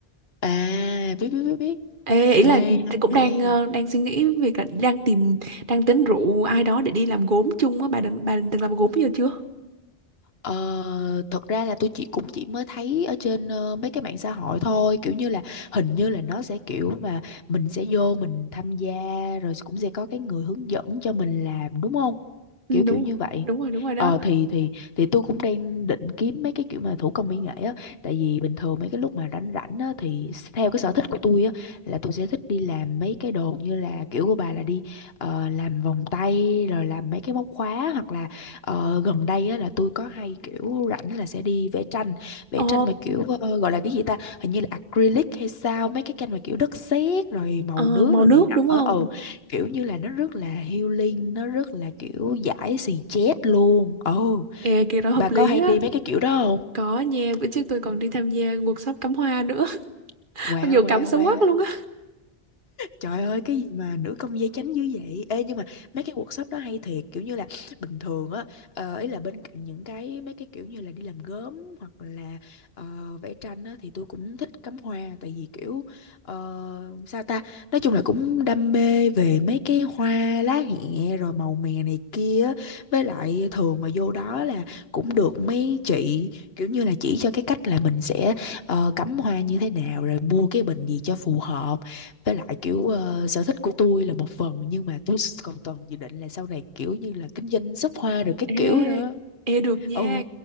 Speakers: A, on the left (about 75°); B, on the right (about 55°).
A: À biết biết biết biết.
B: Ê, ý
A: Ê
B: là
A: hay
B: tôi cũng
A: hay.
B: đang ờ, đang suy nghĩ việc là đang tìm đang tính rủ ai đó để đi làm gốm chung á. Bà định bà định từng làm gốm giờ chưa?
A: Ờ, thật ra là tôi chỉ cũng chỉ mới thấy ở trên ờ, mấy cái mạng xã hội thôi kiểu như là hình như là nó sẽ kiểu mà mình sẽ vô mình tham gia rồi cũng sẽ có cái người hướng dẫn cho mình làm đúng không
B: Ừ,
A: kiểu
B: đúng
A: kiểu như
B: rồi,
A: vậy
B: đúng rồi, đúng rồi đó.
A: ờ thì thì thì tôi cũng đang định kiếm mấy cái kiểu mà thủ công mỹ nghệ á tại vì bình thường mấy cái lúc mà rảnh rảnh á thì theo cái sở thích của tôi á là tôi sẽ thích đi làm mấy cái đồ như là kiểu của bà là đi ờ, làm vòng tay rồi làm mấy cái móc khóa hoặc là Ờ, gần đây á, là tôi có hay kiểu rảnh là sẽ đi vẽ tranh vẽ
B: Ồ,
A: tranh mà kiểu ờ, gọi là cái gì ta hình như là acrylic hay sao mấy cái tranh mà kiểu đất sét rồi màu
B: ờ,
A: nước
B: màu
A: rồi
B: nước
A: này nọ
B: đúng không?
A: ừ kiểu như là nó rất là healing nó rất là kiểu giải xì chét luôn ừ
B: Ê, kia đó hợp
A: bà
B: lý
A: có hay
B: á.
A: đi mấy cái kiểu đó không
B: Có nha, bữa trước tôi còn đi tham gia workshop cắm hoa nữa. <laughs>
A: wow
B: Mặc dù
A: wow
B: cắm xấu
A: wow
B: quắc luôn á.
A: Trời ơi cái gì mà nữ công gia chánh dữ vậy Ê nhưng mà mấy cái workshop đó hay thiệt Kiểu như là bình thường á ờ, Ý là bên cạnh những cái mấy cái kiểu như là đi làm gốm Hoặc là ờ, vẽ tranh á Thì tôi cũng thích cắm hoa Tại vì kiểu ờ, sao ta Nói chung là cũng đam mê về mấy cái hoa lá hẹ Rồi màu mè này kia á. Với lại thường mà vô đó là Cũng được mấy chị kiểu như là chỉ cho cái cách là mình sẽ ờ, cắm hoa như thế nào Rồi mua cái bình gì cho phù hợp với lại kiểu ờ, sở thích của tôi là một phần nhưng mà tôi còn toàn dự định là sau này kiểu như là kinh doanh shop hoa rồi các
B: Ê,
A: kiểu nữa
B: ê được nha.
A: ừ